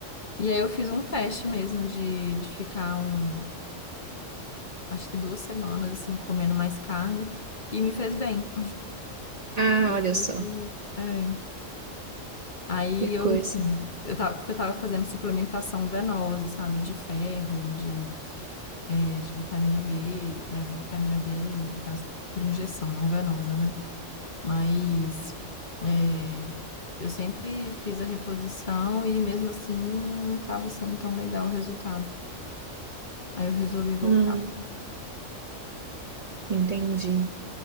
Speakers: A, on the left (about 40°); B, on the right (about 35°).
A: E aí eu fiz um teste mesmo de, de ficar um, acho que duas semanas assim, comendo mais carne e me fez bem.
B: Ah,
A: E
B: olha
A: aí,
B: só,
A: é, aí
B: que
A: eu,
B: coisa.
A: enfim, eu tava, porque eu tava fazendo suplementação venosa, sabe, de ferro, de, é, de vitamina B, né, vitamina B, no caso, por injeção, não venosa, né? Mas é, eu sempre fiz a reposição e mesmo assim não tava sendo tão legal o resultado. Aí eu resolvi voltar.
B: Hum, entendi.